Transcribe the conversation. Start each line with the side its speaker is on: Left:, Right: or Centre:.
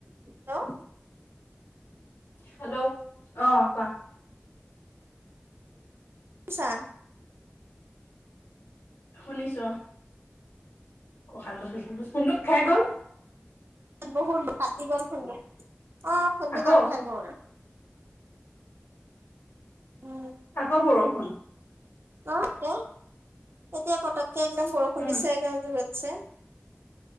Right: Hello <unintelligible>
Left: hello অ কোৱা।
Right: <unintelligible>
Left: শুনিছো, অ ককালটো বিষাই গৈছে, <unintelligible> গল।
Right: বহুত কাটি গ'ল ফোনটো অ ফোনটো
Left: আকৌ
Right: কাট খাই গ'ল। উম।
Left: আকৌ বৰষুণ।
Right: <unintelligible> এতিয়া পতককে একদম বৰষুণ
Left: উম
Right: দিছে একদম জোৰতছে।